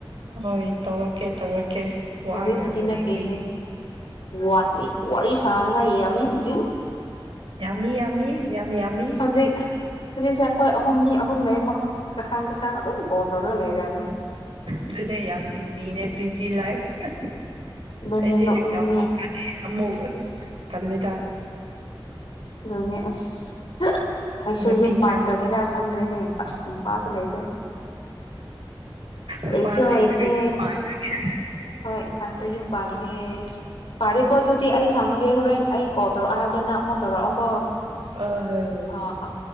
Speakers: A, on the right; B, on the left.
A: ꯍꯣꯏ ꯇꯧꯔꯛꯀꯦ ꯇꯧꯔꯛꯀꯦ ꯋꯥ
B: ꯐꯖꯤꯩꯄꯗꯤ
A: ꯌꯥꯝ
B: ꯅꯠꯇꯦꯍꯦ
A: ꯂꯩꯕꯤ
B: ꯋꯥꯠꯂꯤ ꯋꯥꯔꯤ ꯁꯥ ꯍ ꯉ ꯑꯃꯤꯠꯖꯤ
A: ꯌꯥꯝꯃꯤ ꯌꯥꯝꯃꯤ ꯌꯥꯝ ꯌꯥꯝꯃꯤ
B: ꯍꯧꯖꯤꯛ ꯍꯧꯖꯤꯛꯁꯦ ꯑꯩꯈꯣꯏ ꯑꯍꯨꯝ ꯃꯤ ꯑꯍꯨꯝ ꯂꯩꯃꯛ ꯀꯥꯈꯪ ꯀꯥꯈꯪ ꯑꯗꯨꯝ ꯀꯣꯜ ꯇꯧꯔꯒ ꯂꯩꯔꯕꯅꯦ
A: ꯑꯗꯨꯅꯦ ꯌꯥꯝ ꯕꯤꯖꯤꯅꯦ ꯕꯤꯖꯤ ꯂꯥꯏꯐ
B: ꯑꯗꯨꯅꯦ
A: ꯑꯩꯗꯤ
B: ꯅꯣꯛꯅꯤꯡꯉꯦ
A: ꯑꯦꯛꯖꯥꯝ ꯍꯧꯈ꯭ꯔꯗꯤ ꯑꯃꯧ ꯑꯁ ꯈꯜꯂꯦꯗ
B: ꯑꯗꯨꯅꯦ ꯑꯁ ꯑꯩꯁꯨ ꯌꯨꯝ
A: ꯄꯤꯁꯤꯔ
B: ꯄꯥꯟꯈ꯭ꯔꯒꯦꯔꯥ ꯈꯪꯗ꯭ꯔꯔꯤꯅꯦ ꯆꯥꯛꯁꯤ ꯅꯨꯄꯥꯁꯨ ꯂꯩꯇꯦ
A: ꯅꯨꯄꯥ
B: ꯂꯩꯆꯣ
A: ꯂꯩꯇ꯭ꯔꯒ
B: ꯂꯩꯆꯦ
A: ꯌꯨꯝ ꯄꯥꯟꯈ꯭ꯔꯒꯦ
B: ꯍꯣꯏ ꯏꯊꯟꯗ ꯌꯨꯝ ꯄ ꯒꯦ ꯐꯔꯦ ꯀꯣ ꯑꯗꯨꯗꯤ ꯑ ꯊꯝꯃꯒꯦ ꯍꯣꯔꯦꯟ ꯑꯩ ꯀꯣꯜ ꯇꯧꯔꯛꯑꯣ ꯍꯥꯏꯕꯗꯅ ꯑꯃꯨꯛ ꯇꯧꯔꯛꯑꯣꯀꯣ
A: ꯑ ꯍꯣꯏ
B: ꯑꯥ ꯑꯥ